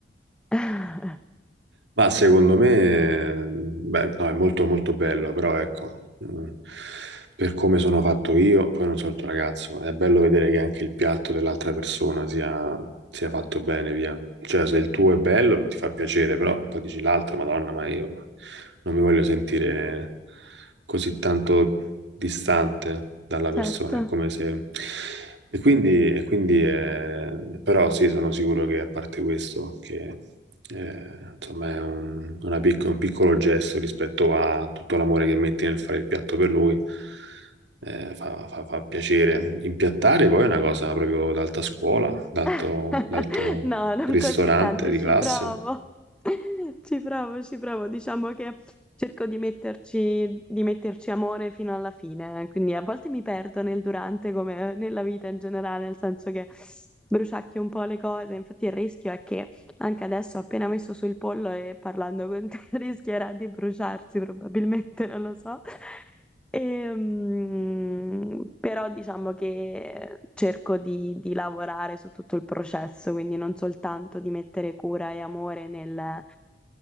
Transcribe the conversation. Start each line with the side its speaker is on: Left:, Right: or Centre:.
Centre: <laughs>
Right: Ma secondo me, beh, no, è molto molto bello, però ecco, mm, per come sono fatto io, poi non so il tuo ragazzo, è bello vedere che anche il piatto dell'altra persona sia, sia fatto bene, via. Cioè, se il tuo è bello, ti fa piacere, però poi dici l'altro, Madonna, ma io non mi voglio sentire così tanto distante dalla persona,
Centre: Certo.
Right: è come se... E quindi, e quindi eh, però sì, sono sicuro che a parte questo, che eh, insomma, è un, una pic- un piccolo gesto rispetto a tutto l'amore che metti nel fare il piatto per lui. Eh, fa, fa- fa piacere. Impiattare poi è una cosa proprio d'alta scuola, d'alto,
Centre: <laughs>
Right: d'alto
Centre: No, non
Right: ristorante
Centre: così tanto,
Right: di
Centre: ci
Right: classe.
Centre: provo. <laughs> Ci provo, ci provo. Diciamo che cerco di metterci, di metterci amore fino alla fine, quindi a volte mi perdo nel durante come nella vita in generale, nel senso che bruciacchio un po' le cose. Infatti il rischio è che anche adesso, appena messo sul pollo e parlando con te, <laughs> rischierà di bruciarsi probabilmente, non lo so. Ehm, però diciamo che cerco di, di lavorare su tutto il processo, quindi non soltanto di mettere cura e amore nel,